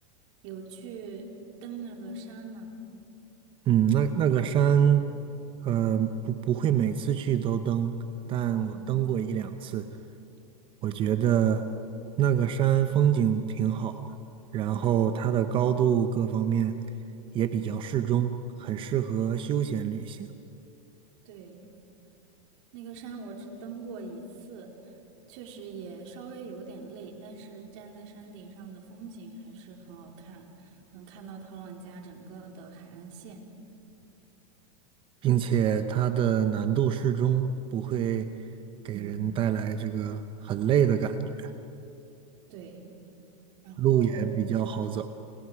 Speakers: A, on the right; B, on the right.
A: 有去登那个山吗？
B: 嗯，那那个山，呃，不不会每次去都登，但我登过一两次，
A: 嗯，
B: 我觉得那个山风景挺好的，然后它的高度各方面也比较适中，很适合休闲旅行。
A: 对，那个山我只登过一次，确实也稍微有点累，但是站在山顶上的风景还是很好看，能看到陶朗家整个的海岸线。
B: 并且它的难度适中，不会给人带来这个很累的感觉，
A: 嗯，对，然后
B: 路也比较好走